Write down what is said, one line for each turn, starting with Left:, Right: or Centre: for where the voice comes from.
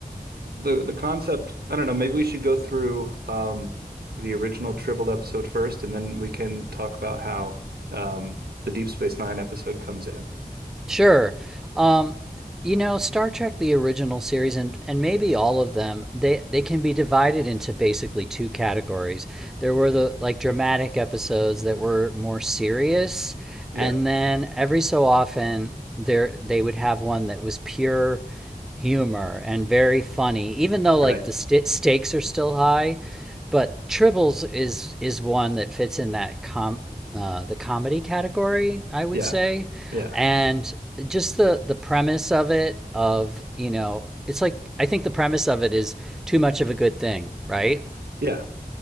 Right: the the concept, I don't know, maybe we should go through um, the original Tribble episode first, and then we can talk about how um, the Deep Space Nine episode comes in.
Centre: Sure. Um, you know, Star Trek, the original series, and and maybe all of them, they they can be divided into basically two categories. There were the like dramatic episodes that were more serious,
Right: Yeah,
Centre: and then every so often there they would have one that was pure humor and very funny, even though like
Right: right.
Centre: the st stakes are still high. But Tribbles is is one that fits in that com uh, the comedy category, I would
Right: Yeah,
Centre: say,
Right: yeah,
Centre: and just the the premise of it of you know it's like i think the premise of it is too much of a good thing right
Right: yeah.